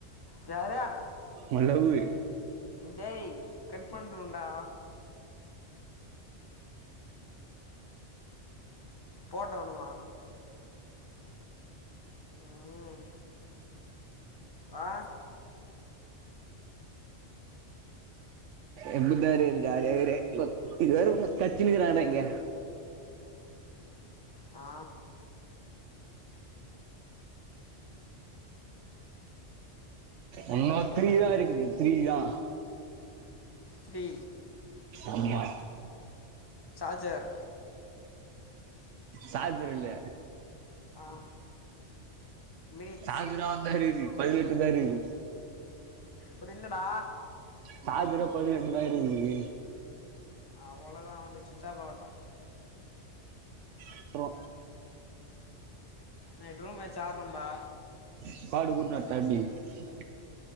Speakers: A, on the left; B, on the right.
A: ரார
B: உ லவ்வு
A: டேய் கட் பண்றொன்டா போட்டானுமா ம் ஆ
B: எப்டிதா இருக்து ஜாலியா இருக்து இது வேற கத்தினு இருக்றாங்டா இங்க
A: ஆ
B: இன்னு த்ரீ தா இருக்குது த்ரீதா
A: த்ரீ
B: அம்மா
A: சார்ஜர்
B: சார்ஜரு இல்ல
A: ஆ மினிட்ஸ்
B: சார்ஜரு அவ்ளதா இக்குது பதி னெட்டுதா இருக்குது
A: ப்ரில்லடா
B: சார்ஜ் வேற பதினெட்டு தா இருக்குது
A: அவ்ளோதா உனுது ஸ்விட்ச் ஆஃப் ஆகட்டோ
B: அப்றோ
A: நைட் ரூம் மேட்ச் ஆடுறோம்பா
B: ஸ்க்வார்டு கூட்னு வர்ட்டா அடிக்கறதுக்கு